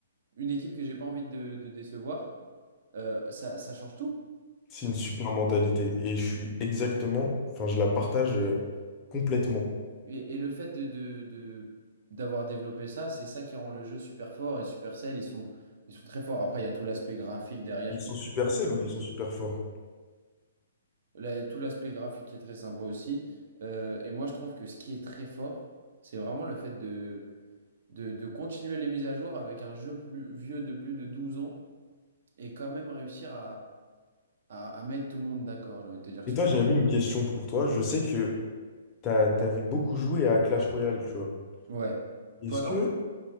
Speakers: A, on the right; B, on the left.
A: une équipe que j'ai pas envie de, de décevoir, euh, ça, ça change tout.
B: C'est
A: Ça-
B: une super mentalité. Et je suis exactement, enfin, je la partage euh, complètement.
A: Et, et le fait de, de, de- d'avoir développé ça, c'est ça qui rend le jeu super fort et Supercell, ils sont, ils sont très forts. Après, il y a tout l'aspect graphique derrière
B: Ils
A: qui
B: sont
A: est
B: super
A: très important.
B: sales ou ils sont super forts.
A: la- tout l'aspect graphique est très sympa aussi. Euh, et moi, je trouve que ce qui est très fort, c'est vraiment le fait de, de, de continuer les mises à jour avec un jeu plus vieux de plus de 12 ans et quand même réussir à, à, à mettre tout le monde d'accord. J'ai envie de te dire que
B: Et
A: ce
B: toi,
A: soit.
B: j'avais une question pour toi. Je sais que t'as, t'avais beaucoup joué à Clash Royale, tu vois.
A: Ouais.
B: Est-ce
A: Toi, non?
B: que,